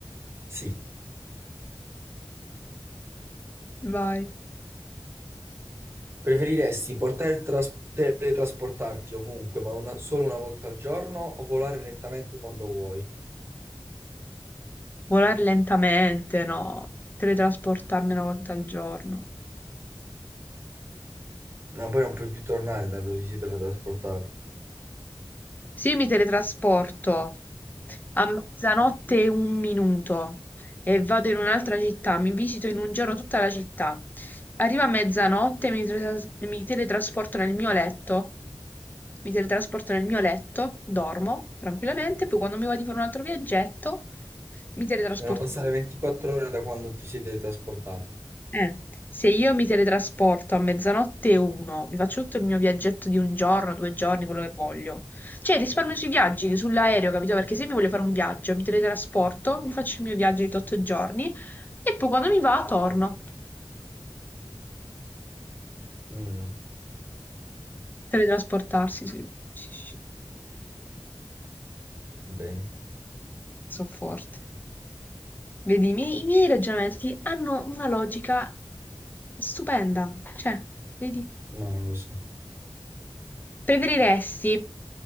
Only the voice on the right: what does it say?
Sì.
Preferiresti poter tras- teletrasportarti ovunque, ma una- solo una volta al giorno, o volare lentamente quando vuoi?
No, poi non puoi più tornare da dove ti sei teletrasportato.
Devono passare 24 ore da quando ti sei teletrasportato.
Mm,
va bene.
Ma non lo so.